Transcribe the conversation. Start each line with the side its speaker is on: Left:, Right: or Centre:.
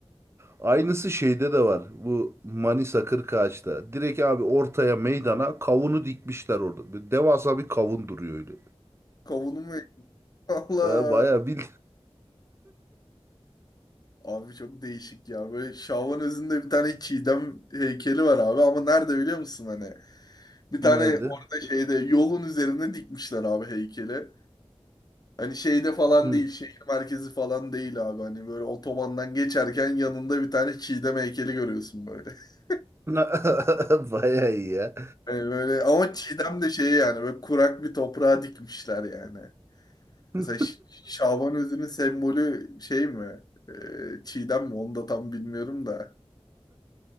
Right: Aynısı şeyde de var. Bu Manisa Kırkağaç'ta. Direkt abi ortaya meydana kavunu dikmişler orada. Böyle devasa bir kavun duruyor öyle.
Left: Kavunu mu? <laughs> Allah.
Right: Ee, bayağı bil.
Left: Abi çok değişik ya. Böyle Şaban özünde bir tane Çiğdem heykeli var abi ama nerede biliyor musun hani? Bir
Right: Nerede?
Left: tane orada şeyde yolun üzerine dikmişler abi heykeli. Hani şeyde falan
Right: Hı.
Left: değil, şehir merkezi falan değil abi. Hani böyle otobandan geçerken yanında bir tane Çiğdem heykeli görüyorsun böyle. <laughs>
Right: <laughs> Bayağı iyi ya.
Left: Yani böyle ama Çiğdem de şey yani böyle kurak bir toprağa dikmişler yani.
Right: <laughs>
Left: Mesela Ş- Şaban özünün sembolü şey mi? Ee, Çiğdem mi? Onu da tam bilmiyorum da.